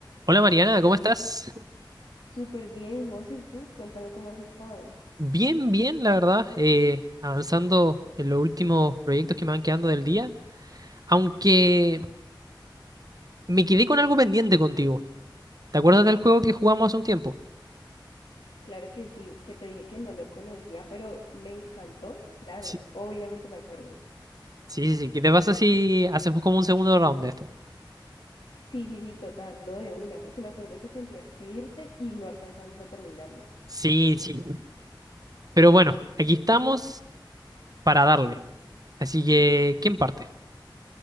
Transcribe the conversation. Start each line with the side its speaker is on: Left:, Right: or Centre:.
Right: Hola Mariana, ¿cómo estás?
Left: Súper bien, José. ¿Y tú? Cuéntame cómo has estado.
Right: Bien, bien, la verdad, eh, avanzando en los últimos proyectos que me van quedando del día, aunque me quedé con algo pendiente contigo. ¿Te acuerdas del juego que jugamos hace un tiempo?
Left: Claro que sí, que te dije que no lo conocía, pero me encantó. Claro,
Right: Sí,
Left: obviamente me acuerdo.
Right: sí, sí, sí, ¿qué te pasa si hacemos como un segundo round de esto?
Left: Sí, sí, sí, total, no de una, porque me acuerdo que tenías que irte y no alcanzamos a terminarlo.
Right: Sí, sí, pero bueno, aquí estamos para darle, así que, ¿quién parte?